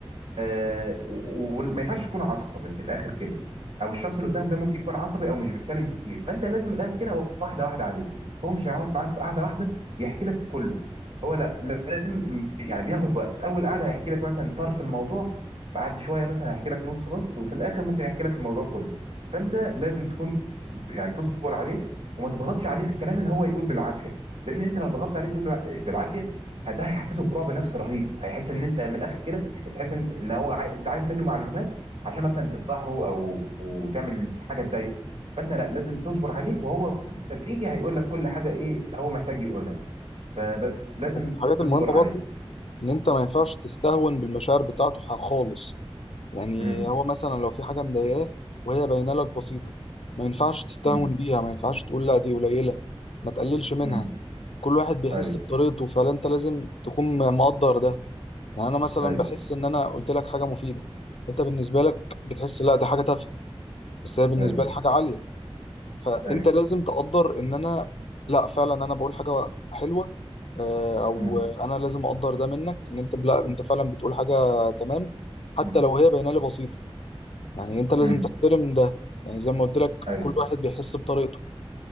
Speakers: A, on the right; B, on the left.
A: آه، و- وما ينفعش تكون عصبي من الاخر كده او الشخص اللي قدامك ده ممكن يكون عصبي او مش بيتكلم كتير فانت لازم من الاخر كده واحده واحده عليه هو مش هيقعد معاك في قعده واحده يحكي لك كله هو لا لازم بي- يعني بياخد وقت في اول قعده هيحكي لك مثلا طرف الموضوع بعد شويه مثلا هيحكي لك نص نص وفي الاخر ممكن يحكي لك الموضوع كله فانت لازم تكون يعني تصبر عليه وما تضغطش عليه في الكلام ان هو يقول بالعافيه لان انت لو ضغطت عليه تقول بالع- بالعافيه ده هيحسسه برعب نفسي رهيب هيحس ان انت من الاخر كده تحس ان إن هو عاي... انت عايز منه معلومات عشان مثلا تفضحه او أو تعمل حاجه تضايقه فانت لا لازم تصبر عليه وهو تدريجي هيقول لك كل حاجه ايه هو محتاج يقولها فبس لازم
B: ومن الحاجات
A: تصبر
B: المهمه برضو
A: عليه
B: ان انت ما ينفعش تستهون بالمشاعر بتاعته ح- خالص يعني
A: امم
B: هو مثلا لو في حاجه مضايقاه وهي باينه لك بسيطه ما ينفعش تستهون
A: امم
B: بيها ما ينفعش تقول لا دي قليله ما تقللش منها
A: امم
B: كل واحد بيحس
A: ايوه
B: بطريقته فانت لازم تكون مقدر ده يعني انا مثلا
A: ايوه
B: بحس ان انا قلت لك حاجه مفيده انت بالنسبه لك بتحس لا دي حاجه تافهه بس هي بالنسبه
A: ايوه
B: لي حاجه عاليه فانت
A: ايوه
B: لازم تقدر ان انا لا فعلا انا بقول حاجه حلوه آه، او
A: امم
B: انا لازم اقدر ده منك ان انت لا انت فعلا بتقول حاجه تمام حتى
A: امم
B: لو هي باينه لي بسيطه يعني انت لازم
A: أمم.
B: تحترم ده يعني زي ما قلت لك
A: ايوه
B: كل واحد بيحس بطريقته